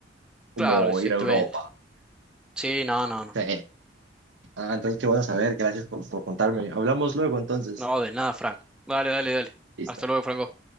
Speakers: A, on the right; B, in the centre.
A: como
B: Claro, exactamente.
A: ir a Europa.
B: Sí, no, no, no.
A: Sí. Ah, entonces qué bueno saber, gracias por, por contarme. Hablamos luego entonces.
B: No, de nada, Frank. Dale, dale, dale.
A: Listo.
B: Hasta luego, Franco.